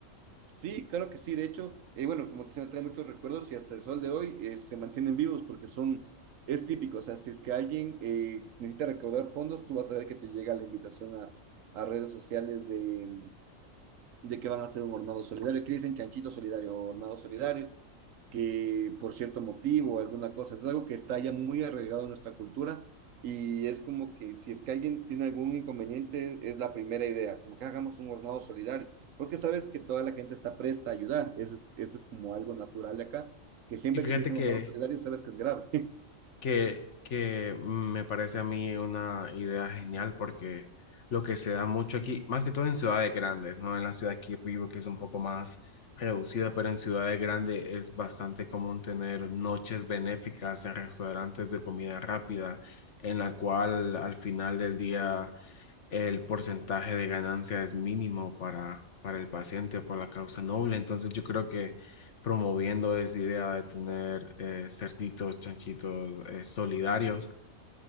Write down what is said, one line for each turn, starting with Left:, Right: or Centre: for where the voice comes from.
Right: sí, claro que sí. De hecho, eh, bueno, como te decía, me trae muchos recuerdos y hasta el sol de hoy eh, se mantienen vivos porque son, es típico. O sea, si es que alguien eh, necesita recaudar fondos, tú vas a ver que te llega la invitación a, a redes sociales de, de que van a hacer un hornado solidario, que dicen chanchito solidario o hornado solidario, que por cierto motivo alguna cosa, es algo que está ya muy arraigado en nuestra cultura y es como que si es que alguien tiene algún inconveniente, es la primera idea, como que hagamos un hornado solidario, porque sabes que toda la gente está presta a ayudar, eso es, eso es como algo natural de acá, que siempre
Left: Y fíjate
Right: que te dicen
Left: que
Right: hornado solidario sabes que es grave.
Left: que, que me parece a mí una idea genial porque lo que se da mucho aquí, más que todo en ciudades grandes, ¿no? En la ciudad que yo vivo, que es un poco más reducida, pero en ciudades grandes es bastante común tener noches benéficas en restaurantes de comida rápida, en la cual al final del día el porcentaje de ganancia es mínimo para, para el paciente por la causa noble. Entonces yo creo que promoviendo esa idea de tener eh, cerditos, chanchitos eh, solidarios,